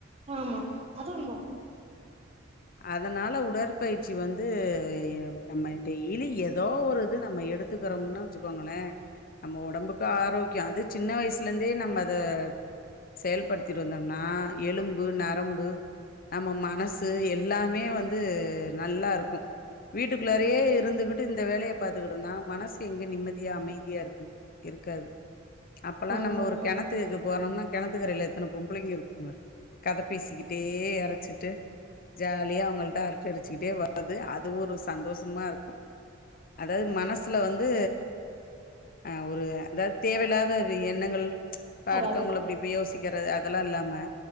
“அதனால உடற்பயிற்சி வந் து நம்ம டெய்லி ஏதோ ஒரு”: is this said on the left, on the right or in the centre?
Left